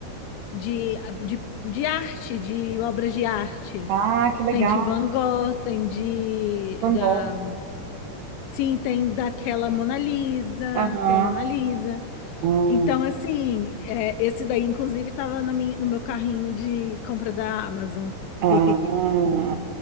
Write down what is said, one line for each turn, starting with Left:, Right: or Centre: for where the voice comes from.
Left: de, de, de arte, de obras de arte.
Right: Ah, que legal,
Left: Tem de Van Gogh, tem de
Right: Van
Left: da,
Right: Gogh.
Left: sim, tem daquela Mona Lisa,
Right: Aham.
Left: tem a Mona Lisa.
Right: Hum,
Left: Então, assim, é, esse daí, inclusive, estava na minha, no meu carrinho de compra da Amazon.
Right: ah,
Left: <laughs>